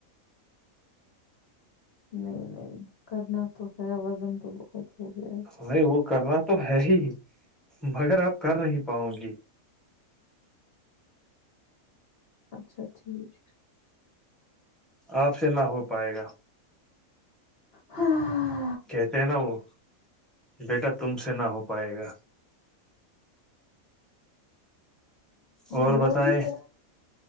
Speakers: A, on the left (about 55°); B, in the centre.
A: نہیں نہیں کرنا تو ہے وزن تو بہت ہو گیا ہے
B: نہیں وہ کرنا تو ہے ہی مگر آپ کر نہیں پاؤ گی
A: اچھا ٹھیک
B: آپ سے نہ ہو پائے گا
A: ہاں
B: کہتے ہیں نا وہ بیٹا تم سے نہ ہو پائے گا اور
A: وہ
B: بتائیں
A: بھی ہے